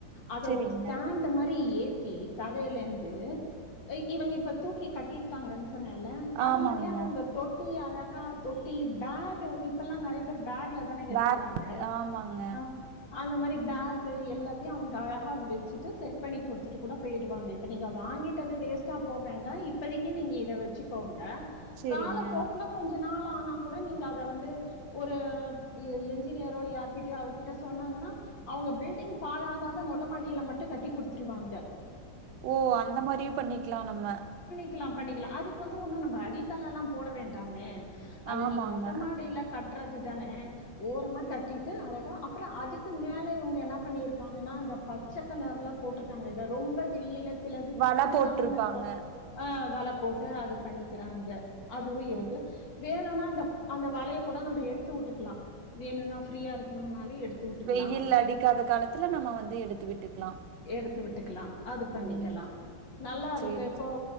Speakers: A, on the left; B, on the right.
A: அது
B: சேரிங்க
A: ஒரு ஸ்டாண்ட் மாரி ஏ தி தரையிலருந்து இவங்க இப்ப தூக்கி கட்டிருக்க <unintelligible> சொன்னேல அது
B: ஆமாங்க
A: மாதிரியா அவங்க தொட்டு அழகா தொட்டி பேகு இப்பெல்லாம் நிறைய பேர் பேக் ல தானேங்க
B: பேக்
A: வைக்கிறாங்க
B: ஆமாங்க
A: ஆஹ் அந்த மாதிரி பேக்கு எல்லாத்தையும் அவங்க அழகா வச்சுட்டு செட் பண்ணி கொடுத்துட்டு கூட போயிடுவாங்க இப்ப நீங்க வாங்கிட்டு அது வேஸ்ட்டா போ வேண்டாம் இப்பதை நீங்க இதை வச்சுக்கோங்க
B: செரிங்க
A: காலப்போக்கல கொஞ்ச நாள் ஆனா கூட நீங்க அத வந்து ஒரு என்ஜினியரோ யார்கிட்யோ அவர் கிட்ட சொன்னாங்கன்னா அவங்க பில்டிங் பாழாகாத மொட்டை மாடியில மட்டும் கட்டிகொடுத்துருவாங்க
B: ஓ அந்த மாதிரியும் பண்ணிக்கலாம் நம்ம
A: பண்ணிக்கலாம் பண்ணிக்கலாம் அதுக்கு வந்து ஒன்னும் நம்ம அடித்தளம் எல்லாம் போட வேண்டாமே அத
B: ஆமாங்க
A: நீங்க மொட்ட மாடியில கட்ட றது தானே ஓரமா கட்டிட்டு அழகா அப்புறம் அதுக்கு மேல இவங்க என்ன பண்ணிருக்காங்கன்னா பச்சை கலர்ல போட்டிருக்காங்க ரொம்ப வெயில சிலது
B: வல
A: கருக்காம
B: போட்ருப்பாங்க
A: இருக்கும் ஹ வலை போட்டு அது பண்ணிக்கிறாங்க அதுவும் இருக்கு
B: ஓ
A: வேணும்னா அந்த அந்த வலையை கூட நம்ம எடுத்து வுட்டுக்கலாம் வேணும்னா பிரீயா இருக்கணுனாலே எடுத்து விட்டுக்கலாம்.
B: வெயில் அடிக்காத காலத்துல நம்ம வந்து எடுத்து விட்டுக்கலாம்
A: எடுத்து விட்டுக்கலா அது பண்ணிக்கலா
B: உம்
A: நல்லா இருக்கு
B: சேரி
A: இப்போ
B: சேரி